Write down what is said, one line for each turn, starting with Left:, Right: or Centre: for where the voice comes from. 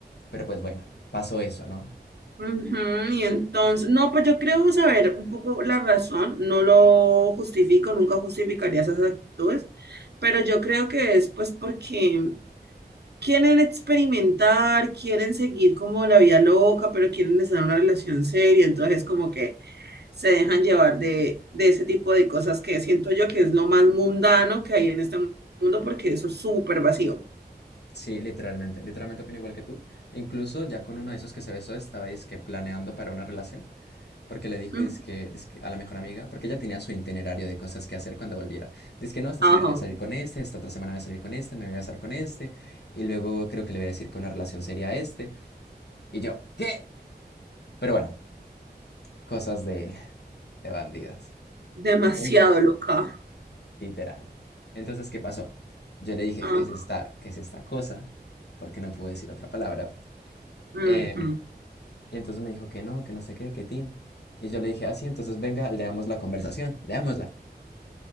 Left: Pero pues bueno, pasó eso, ¿no?
Right: Ujú, y entonces, no, pues yo creo saber un poco la razón, no lo justifico, nunca justificaría esas actitudes, pero yo creo que es pues porque quieren experimentar, quieren seguir como la vida loca, pero quieren estar en una relación seria, entonces como que se dejan llevar de, de ese tipo de cosas que siento yo que es lo más mundano que hay en este mundo porque eso es súper vacío.
Left: Sí, literalmente, literalmente opino igual que tú. Incluso ya con uno de esos que se besó, estaba que planeando para una relación. Porque le dijo,
Right: Ujú,
Left: dizque, dizque a la mejor amiga, porque ella tenía su itinerario de cosas que hacer cuando volviera. Dice que no, esta
Right: Ajá,
Left: semana voy a salir con este, esta otra semana voy a salir con este, me voy a besar con este, y luego creo que le voy a decir que una relación sería este. Y yo, ¿qué? Pero bueno, cosas de, de bandidas,
Right: demasiado
Left: en-
Right: loca.
Left: literal. Entonces, ¿qué pasó? Yo le dije,
Right: Ajá,
Left: ¿qué es esta, qué es esta cosa? Porque no pude decir otra palabra.
Right: ujú,
Left: Em, y entonces me dijo que no, que no sé qué, que tin. Y yo le dije, así, entonces venga, leamos la conversación, leámosla.